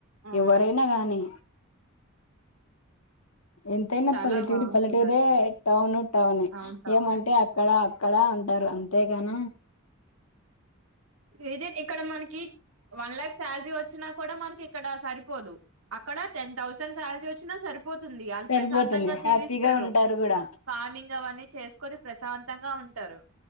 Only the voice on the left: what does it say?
ఎవ్వరైనా గానీ ఎంతైనా
పల్లెటూరి
పల్లెటూర
టౌను టౌన్
ఏమంటే అక్కడ అక్కడ ఉంటారు అంతేగాన
సరిపోతుంది
హ్యాపీగా
ఉంటారు కూడా